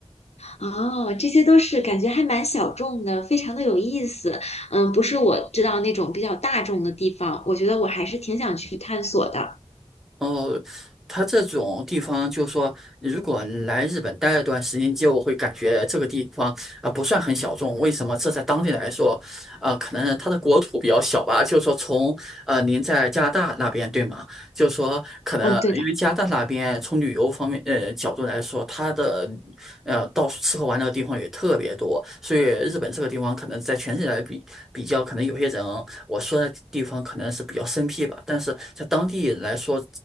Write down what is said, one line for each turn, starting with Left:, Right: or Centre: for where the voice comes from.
Left: 哦，这些都是感觉还蛮小众的，非常的有意思。嗯，不是我知道那种比较大众的地方，我觉得我还是挺想去探索的。
Centre: 哦，他这种地方，就说，如果来日本待了段时间，就会感觉这个地方啊、不算很小众。为什么？这在当地来说，啊、可能它的国土比较小吧。就是说从，呃您在加拿大那边对吗？就是说，可能因为加拿大那边从旅游方面呃角度来说，
Left: 嗯，对的。
Centre: 它的呃到处吃喝玩乐的地方也特别多，所以日本这个地方可能在全世界来比比较，可能有些人我说的地方可能是比较生僻吧，但是在当地来说